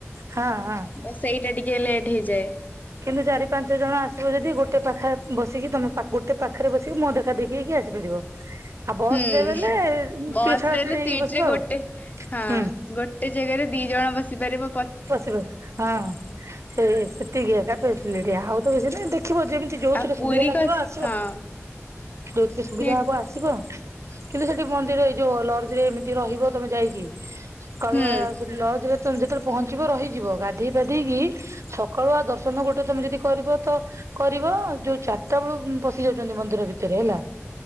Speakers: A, on the right; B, on the left.
A: ହଁ ହଁ।
B: ତ ସେଇଟା ଟିକେ ଲେଟ୍ ହେଇଯାଏ।
A: କିନ୍ତୁ ଚାରି ପାଞ୍ଚ ଜଣ ଆସିବ ଯଦି ଗୋଟେ ପାଖରେ ବସିକି ତମେ ଗୋଟେ ପାଖରେ ବସିକି ମୋ ଦେଖା ଦେଖି ହେଇକି ଆସିପାରିବ। ଆଉ ବସ୍
B: ହୁଁ
A: ରେ ବେଲେ
B: ବସ
A: ଟିକେ ଛଡା
B: ରେ ହେଲେ
A: ଛଡି ହେଇକି
B: ସିଟ
A: ବସିବ
B: ରେ ଗୋଟେ
A: ଆଉ
B: ହଁ।
A: ହୁଁ
B: ଗୋଟେ ଜାଗାରେ ଦି ଜଣ ବସି ପାରିବ
A: ବଶିବ ହଁ। ସେଇ ସେତିକି ଏକା ଫାସିଲିଟି ଆଉ ତ ବେଶି ନାଇଁ ଦେଖିବ ଯେମିତି ଯୋଉଥିରେ
B: ଆଉ ପୁରୀ
A: ସୁବିଧା ଲାଗିବ
B: କ
A: ଆସିବ।
B: ହଁ।
A: ଯୋଉଥିରେ ସୁବିଧା
B: ନେ
A: ହବ ଆସିବ କିନ୍ତୁ ସେଠି ମନ୍ଦିର ଏଇ ଯୋଉ ଲଜ ରେ ଏମିତି ରହିବ ତମେ ଯାଇକି ସକାଳୁଆ
B: ହୁଁ
A: ଲଜ ରେ ତେ ଯେତେବେଳେ ପହଞ୍ଚିବ ରହିଯିବ ଗାଧେଇ ପାଧେଇକି ସକାଳୁଆ ଦର୍ଶନ ଗୋଟେ ତମେ ଯଦି କରିବ ତ କରିବ ଯୋଉ ଚାରିଟା ବେଳୁ ପଶି ଯାଉଛନ୍ତି ମନ୍ଦିର ଭିତରେ ହେଲା